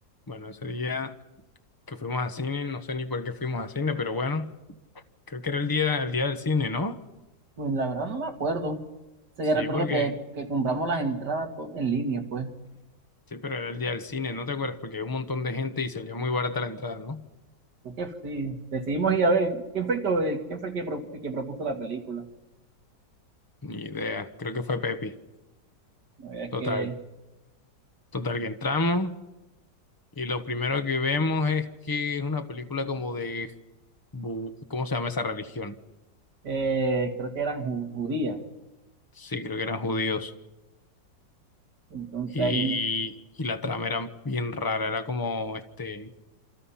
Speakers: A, on the left; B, on the right.
A: Bueno, ese día que fuimos a cine, no sé ni por qué fuimos a cine, pero bueno, creo que era el día, el día del cine, ¿no?
B: Pues la verdad no me acuerdo. O sea,
A: Sí,
B: yo recuerdo
A: porque,
B: que, que compramos las entradas to- en línea, pues.
A: sí, pero era el día del cine, ¿no te acuerdas? Porque hay un montón de gente y salía muy barata la entrada, ¿no?
B: Creo que sí, decidimos ir a ver. ¿Quién fue, que, quién fue el que, pro- el que propuso la película?
A: Ni idea, creo que fue Pepi.
B: La verdad es
A: Total,
B: que
A: total, que entramos y lo primero que vemos es que es una película como de, bu- ¿cómo se llama esa religión?
B: eh, creo que eran ju- judías.
A: Sí, creo que eran judíos.
B: Entonces
A: Y,
B: ahí
A: y la trama era bien rara, era como, este,